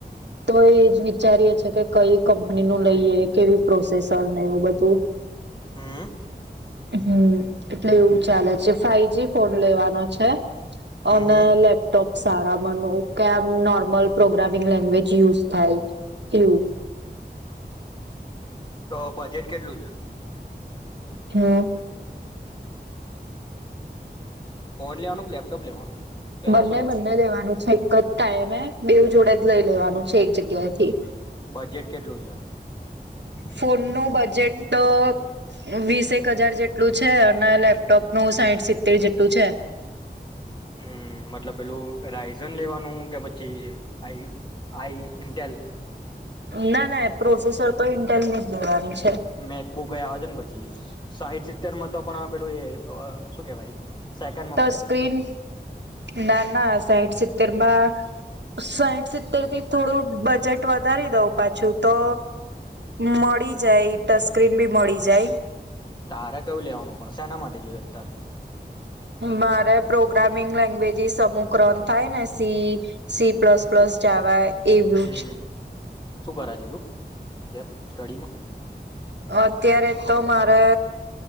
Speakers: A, on the right; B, on the left.
A: તો એજ વિચારીએે છે, કે કઈ કંપની નું લઈએ કેવી પ્રોસેસર ને એવું બધું.
B: હમ.
A: હમ એટલે એવું ચાલે છે. ફઇવ જી ફોન લેવાનો છે.
B: હમ
A: ઓન
B: હમ
A: લ ટોપ સારા બનવ કેમ નોર્મલ પ્રોગ્રામિંગ લેંગવેજ યુઝ થાય એવું.
B: તો બજેટ કેટલું છે?
A: હમ.
B: ફોન લેવાનું કે લેપટોપ લેવાનું? પેલા
A: બંને
B: શું
A: બંને લેવાનું છે એક જ ટાઈમે બેવ જોડે જ લઈ. લેવાનું છે એક જગ્યા થી.
B: બજેટ કેટલું છે એમ
A: ફોન નું બજેટ તો વીસેક હજાર જેટલું છે, અને લેપટોપ નું સાહીઠ સિત્તેર જેટલું છે.
B: હમ મતલબ પેલું રાયઝન લેવાનું કે પછી આ આઈ ઇન્ટેલ.
A: ના ના પ્રોસેસર તો ઇન્ટેલ ની જ લેવાની છે.
B: મે કબુ કઈ આવે છે ને પછી સાહીઠ સિત્તેર માં તો પણ પેલું એ શું કેવાય સેકન્ડમાં
A: તસ્ક્રીન
B: મળે
A: ના ના સાઈઠ સિતતેર માં સાઈઠ સિત્તેર થી થોડું બજેટ વધારી દઉં પાછું તો મળી જાય તસ્કરીન બી મળી જાય
B: તારે કયું લેવાનું પણ શના માટે જોયું અત્યારે
A: મારે પ્રોગ્રામિંગ લેંગ્વેજસ સમમુકરણ થાય ને C C plus plus Java એવું
B: હમ
A: જ
B: શું કરાય છે તું અતાર સ્ટડીમાં
A: અત્યારે તો મારે